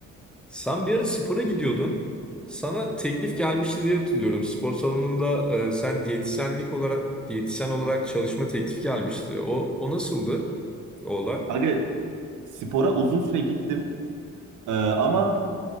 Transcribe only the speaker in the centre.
Sen bir ara spora gidiyordun. Sana teklif gelmişti diye hatırlıyorum. Spor salonunda e, sen diyetisyenlik olarak diyetisyen olarak çalışma teklifi gelmişti. O o nasıldı? O olay.